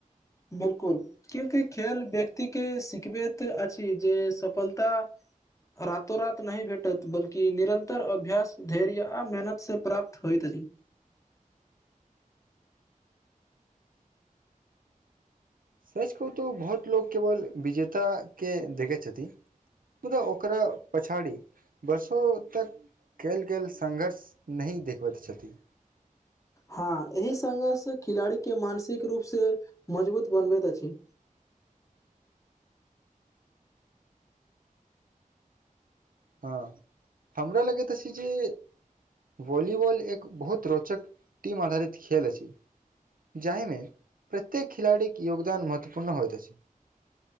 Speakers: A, on the left (about 20°); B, on the right (about 80°).
A: बिल्कुल क्यूकि खेल व्यक्तिके सिखबैत अछि जे सफलता रातो-रात नहि भेटत बल्कि निरन्तर अभ्यास, धैर्य आ मेहनतसे प्राप्त होइत अछि।
B: सच कहू तऽ बहुत लोक केवल विजताके देखै छथि। मलब ओकरा पछाड़ी वर्षो तक कएल गेल संघर्ष नहि देखबैत छथि।
A: हँ एहि संघर्ष खिलाड़ीके मानसिक रूपसँ मजबूत बनबैत अछि।
B: हँ, हमरा लगैत अछि जे वालीवाॅल एक बहुत रोचक टीम आधारित खेल अछि। जाहिमे प्रत्येक खिलाड़ीक योगदान महत्वपूर्ण होइत अछि